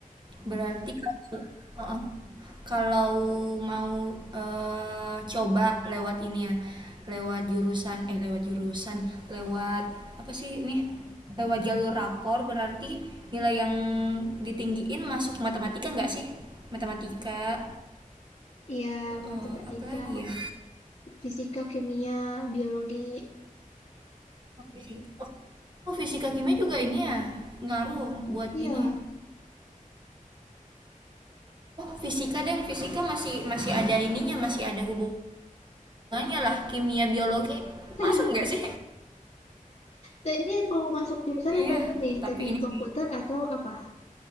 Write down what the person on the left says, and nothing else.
Iya,
matematika,
Fisika, kimia, biologi.
Iya.
<laughs>
Dan ini mau masuk jurusan
apa dulu nih?
Teknik
komputer
atau apa?